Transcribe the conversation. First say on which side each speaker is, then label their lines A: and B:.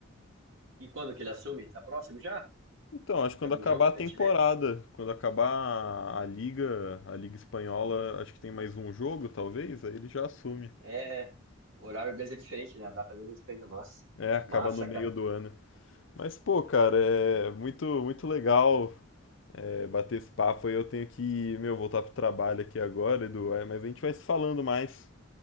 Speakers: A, on the right (about 70°); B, on the left (about 65°).
A: E quando que ele assume? Tá próximo já?
B: Então, acho
A: Já
B: que
A: tem
B: quando
A: algum
B: acabar
A: jogo
B: a
A: pra
B: temporada,
A: gente ver?
B: quando acabar a, a liga, a liga espanhola, acho que tem mais um jogo, talvez, aí ele já assume.
A: É, o horário deles é diferente, né? A data deles é diferente da nossa.
B: É, acaba
A: Massa,
B: no meio
A: cara.
B: do ano. Mas, pô, cara, é muito, muito legal é, bater esse papo. aí. Eu tenho que, meu, voltar pro trabalho aqui agora, Edu. É, mas a gente vai se falando mais.